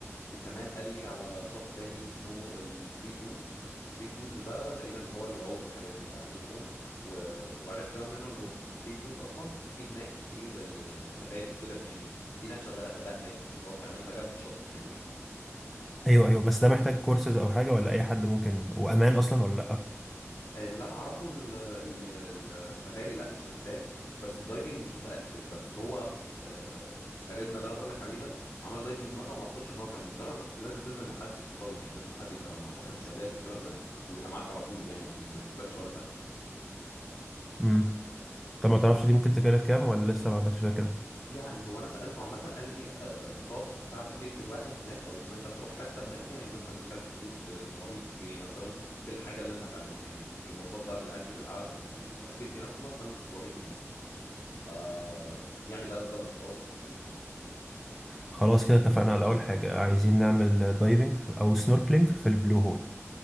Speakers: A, on the left; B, in the centre.
A: وكمان قال لي على شط تاني اسمه الثري بولز ثري بولز ده تقريبا اللي هو للعوم والحاجات دي لو عايزين نعوم و... وعرفت كمان منه انه ثري بولز اصلا في هناك ايه زي سفاري وكده يعني في ناس شغالها ده هناك فاللي هو بتعملها جنب الشط فاهمني
B: ايوه ايوه بس ده محتاج كورسز او حاجه ولا اي حد ممكن وامان اصلا ولا لا
A: اللي انا اعرفه ال- ال- السفاري لا مش محتاج بس الدايفنج مش متاكد بس هو آه، قريبنا اللي انا بقولك عليه ده عمل دايفنج مره وما اعتقدش ان هو كان متدرب بس لازم تنزل مع حد سيرتيفايد يعني لازم حد يبقى مع واخد الشهادات والكلام ده وبيبقى معاك على طول يعني ما, بي... ما بيسيبكش ولا ثانيه
B: امم طب ما تعرفش دي ممكن تكلف كام ولا لسه ما عندكش فكره
A: يعني هو انا سالته عامه قال لي آه، المتوسط بتاع الاكتيفيتي الواحد هناك او ان انت تروح حته هناك يعني مثلا بيكلف حدود آه، 700 جنيه مثلا بالحاجه اللي انت هتعملها يعني المواصلات بقى بالاكل بالقع- بال- بالاكتيفيتي نفسه مثلا 700 جنيه ف يعني ده ده متوسط للموضوع
B: خلاص كده اتفقنا على اول حاجه عايزين نعمل دايفنج او سنوركلينج في البلو هول